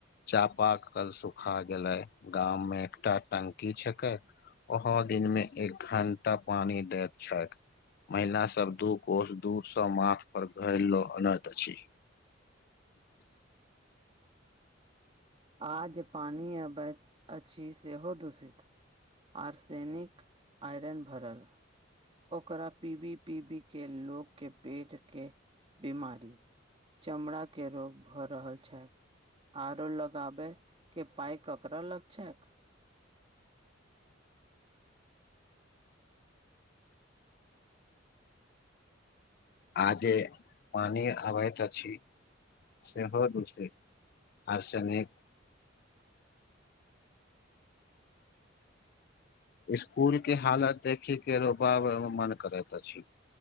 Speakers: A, on the left (about 50°); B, on the right (about 30°).
A: चापाक कल सुखा गेलै गाम मे एकटा टंकी छैके ओहो दिन मे एक घं्टा पानी दैत छै। महिला सब दू कोस दूर स माथ पर घरलो हनाथ अ छी।
B: आ ज पानी अबैत अछि सेहो दूषित आर्सेनिक आइरन भरल ओकरा पीबी -पीबी के लो के पेट के बीमारी चमड़ा के रोग भऽ रहल छै आरो लग गाबे के पइ ककरा लग छैक
A: आजे पानि अबैत अछि सेहो दूसित आर सेने स्कुल के हालत देखिक के रो बाब मन करैत अछि।